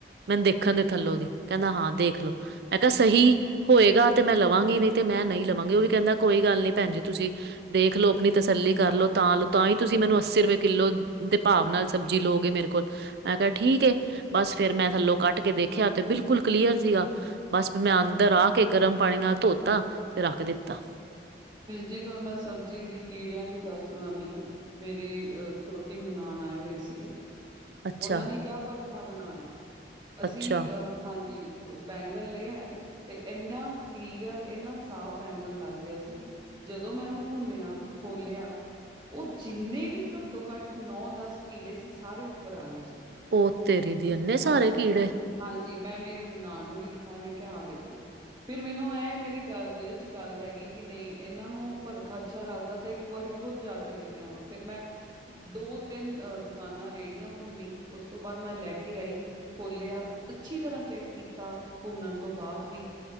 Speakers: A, on the right (about 60°); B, on the right (about 25°).
A: ਮੈਨੂੰ ਦੇਖਣ ਦੇ ਥੱਲੋਂ ਦੀ ਕਹਿੰਦਾ ਹਾਂ ਦੇਖ ਲੋ, ਮੈਂ ਕਿਹਾ ਸਹੀ ਹੋਏਗਾ ਤੇ ਮੈਂ ਲਵਾਂਗੀ ਨਹੀਂ ਤੇ ਮੈਂ ਨ ਈ ਲਵਾਂਗੀ, ਉਹ ਵੀ ਕਹਿੰਦਾ ਕੋਈ ਗੱਲ ਨੀ ਭੈਣ ਜੀ ਤੁਸੀਂ ਦੇਖ ਲੋ ਆਪਣੀ ਤਸੱਲੀ ਕਰ ਲਓ, ਤਾਂ ਲ ਤਾਂ ਹੀ ਤੁਸੀਂ ਮੈਨੂੰ ਅੱਸੀ ਰੁਪਏ ਕਿੱਲੋ ਦੇ ਭਾਵ ਨਾਲ ਸਬਜ਼ੀ ਲੋ ਗਏ ਮੇਰੇ ਕੋਲ ਮੈਂ ਕਿਹਾ ਠੀਕ ਏ, ਬਸ ਫੇਰ ਮੈਂ ਥੱਲੋਂ ਕੱਟ ਕੇ ਵੇਖਿਆਂ ਤੇ ਬਿਲਕੁਲ ਕਲੀਅਰ ਸੀਗਾ। ਬਸ ਫ ਮੈਂ ਅੰਦਰ ਆ ਕੇ ਗਰਮ ਪਾਣੀ ਨਾਲ ਧੋਤਾ ਤੇ ਰੱਖ ਦਿੱਤਾ।
B: ਹਾਂਜੀ ਤੁਹਾਨੂੰ ਮੈਂ ਸਬਜ਼ੀ ਦੀ ਕੀੜਿਆਂ ਦੀ ਗੱਲ ਸੁਨਾਨੀ ਹਾਂ। ਮੇਰੀ ਅਹ ਛੋਟੀ ਨਨਾਣ ਆਏ ਹੋਏ ਸੀਗੇ
A: ਅੱਛਾ
B: ਓਨਾਂ ਨੇ ਕਿਆ ਪਰਥਾ ਬਣਾਣਾ ਅਸੀਂ
A: ਅੱਛਾ
B: ਅਹ ਹਾਂਜੀ ਬੈਂਗਨ ਲੇ ਆਏ ਤੇ ਇੰਨਾ ਕਲੀਅਰ ਇੰਨਾ ਸਾਫ਼ ਬੈਂਗਣ ਲੱਗ ਰਿਹਾ ਸੀ। ਜਦੋਂ ਮੈਂ ਓਨੂੰ ਭੁੰਨਿਆ, ਖੋਲਿਆ ਓ ਜਿੰਨੇ ਵੀ ਘੱਟੋ ਘੱਟ ਨੌ ਦਸ ਕੀੜੇ ਸੀ ਸਾਰੇ ਉੱਪਰ ਆ ਗਏ ਜੀ।
A: ਉਹ ਤੇਰੀ ਦੀ ਇੰਨੇ
B: ਹਾਂਜੀ,
A: ਸਾਰੇ ਕੀੜੇ।
B: ਹਾਂਜੀ ਮੈਂ ਮੇਰੀ ਨਨਾਨ ਨੂੰ ਵੀ ਦਿਖਾਏ ਮੈਂ ਕਿਹਾ ਹ ਦੇਖੋ। ਫਿਰ ਮੈਨੂੰ ਇਹ ਮੇਰੇ ਗੱਲ ਦਿਲ ਚ ਗੱਲ ਰਹਿ ਗਈ, ਕਿ ਨਹੀਂ ਇਹਨਾਂ ਨੂੰ ਭਰਥਾ ਅੱਛਾ ਲੱਗਦਾ ਤਾਂ ਇੱਕ ਇੱਕ ਵਾਰੀ ਖੁੱਦ ਜਾ ਕੇ ਲੈ ਕੇ ਆਵਾਂ ਫੇਰ ਮੈਂ ਦੋ, ਤਿੰਨ ਅਹ ਦੁਕਾਨਾਂ ਰੇਹੜੀਆਂ ਘੁੰਮੀ ਉਸ ਤੋਂ ਬਾਅਦ ਮੈਂ ਲੈ ਕੇ ਆਈ। ਖੋਲਿਆ ਅੱਛੀ ਤਰ੍ਹਾਂ ਚੈੱਕ ਕੀਤਾ ਭੁੰਨਣ ਤੋਂ ਬਾਅਦ ਵੀ।